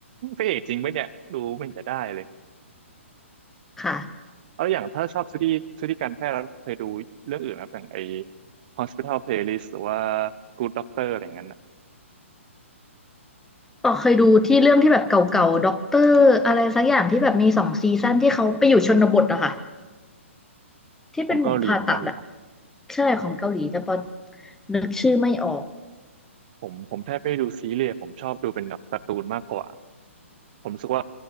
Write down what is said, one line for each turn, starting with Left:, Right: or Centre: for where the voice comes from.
Right: พระเอกจริงไหมเนี่ยดูไม่เห็นจะได้เลย
Centre: ค่ะ
Right: แล้วอย่างถ้าชอบซีรีส์ซีรีส์การแพทย์แล้วเคยดูเรื่องอื่นนะครับอย่างไอ้ Hospital Playlist หรือว่า Good Doctor อะไรอย่างนั้นน่ะ
Centre: ต่อเคยดูที่เรื่องที่แบบเก่าๆด็อกเตอร์อะไรสักอย่างที่แบบมีสองซีซั่นที่เขาไปอยู่ชนบทอะค่ะที่เป็นหมอผ่าตัดอะ
Right: ของเกาหลีเหมือนกันเหรอ
Centre: ใช่ของเกาหลีแต่พอนึกชื่อไม่ออก
Right: ผมผมแทบไม่ได้ดูซีรีส์ผมชอบดูเป็นแบบการ์ตูนมากกว่า ผมรู้สึกว่า